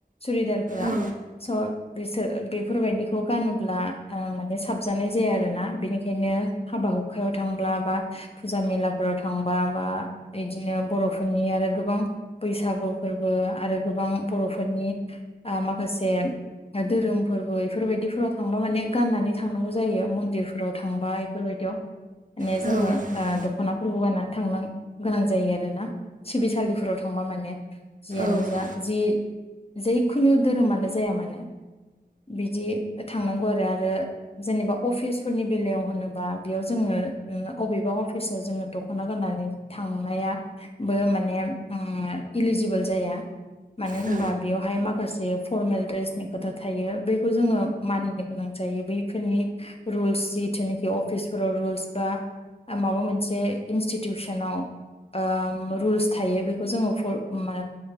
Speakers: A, on the left; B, on the right.
A: सुरिदारफोरा
B: औ
A: स' बिसोर बेफोरबायदिखौ गानोब्ला माने साबजानाय जाया आरोना बेनिखायनो हाबा हुखायाव थांब्ला बा फुजा मेलाफोराव थांबा बा बिदिनो बर फोरनि आरो गोबां बैसागु फोरबो आरो गोबां बर'फोरनि माखासे धोरोम फोरबो इफोरबायदिफोराव थांबा माने गाननानै थांनांगौ जायो मन्दिरफोराव थांबा इफोरबायदियाव। माने
B: औ
A: जोङो ओ दखना फोरबो गायनानै थांनो गोनां जायो आरोना सिबिसालिफोराव थांबा माने जियानो
B: औ
A: जा जि जैखुनु धोरोमानो जाया मानो बिदि थांनांगौ आरो आरो जेनेबा अफिसफोरनि बेलायाव होनोबा बेयाव जोङो ओ अबेबा अफिसाव जोङो दखना गाननानै थांनाया बो माने ओ इलिजिबोल जाया। मानो होनबा
B: औ
A: बेवहाय मा माखासे फरमेल ड्रेसनि खोथा थायो बिखौ जोङो मानिनो गोनां जायो बैफोरनि रुल्स जिथुनाखि अफिसफोराव रुल्स बा माबा मोनसे इन्स्टिटिउसनाव ओ रुल्स थायो बेखौ जोङो फल मा